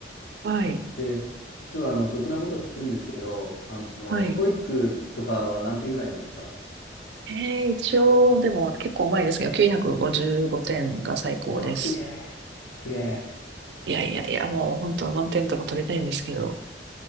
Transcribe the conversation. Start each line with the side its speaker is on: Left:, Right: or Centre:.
Right: はい、
Left: で、ちょっとあの、俗なことを聞くんですけど、あの、
Right: はい。
Left: トイックとかは何点ぐらいなんですか
Right: ええ、一応、でも結構前ですけど、955点が最高です。
Left: うわ、すげえ、すげえ。
Right: いやいやいや、もう本当は満点とか取りたいんですけど、